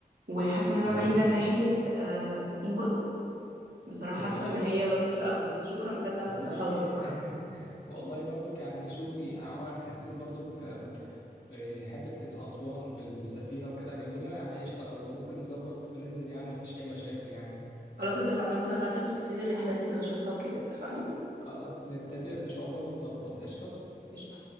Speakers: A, on the right; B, on the left.
A: وحاسه ان انا
B: والله
A: مايله ناحيه آه سيوه بصراحه
B: جميل
A: حاسه ان
B: قوي
A: هي
B: يعني
A: لطيفه قوي فشكرا بجد على
B: والله
A: اقتراحاتك
B: <laughs> والله برضك يعني شوفي عموما انا حسيت برضك ال- آه، حتة الاسوان بالسفينة وكده جميلة يعني قشطة لو ممكن نظبط وننزل يعني مفيش اي مشاكل يعني
A: خلاص اتفقنا ممكن ابعت لك تفاصيل الرحلات اللي بشوفها وكده اتفقنا
B: خلاص نتفق ان شاء الله ونظبط قشطة
A: قشطة.